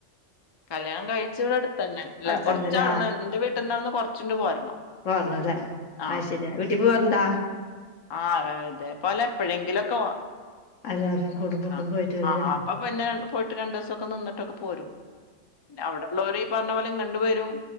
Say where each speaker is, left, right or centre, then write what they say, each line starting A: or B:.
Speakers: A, on the left; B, on the left.
A: കല്യാണം കഴിച്ച ഇവിടെ അട്‌ത്തന്നെ ഇല്ല
B: അടുത്തന്നെല്ലേ
A: കൊർച്ചവട്‌ന്ന് എന്റെ വീട്ടവട്ന്ന് കൊറച്ചിണ്ട് പോരണം
B: പോരണം അല്ലെ
A: ആ
B: അത് ശരിയാ വീട്ടിപോവാറ്ണ്ടാ
A: ആ അതെ പോലെ എപ്പോഴെങ്കിലൊക്കെ
B: എല്ലാരും കുടുംബൊക്കെ
A: ആ
B: ഒന്ന് പോയിട്ട് വരൂല്ലേ
A: ആ അപ്പൊ പിന്നെ പോയിട്ട് ര രണ്ടു ദി സൊക്കെ നിന്ന്ട്ടൊക്കെ പോരും അവിടെള്ളോര് ഈ പറഞ്ഞ പോലെ വരും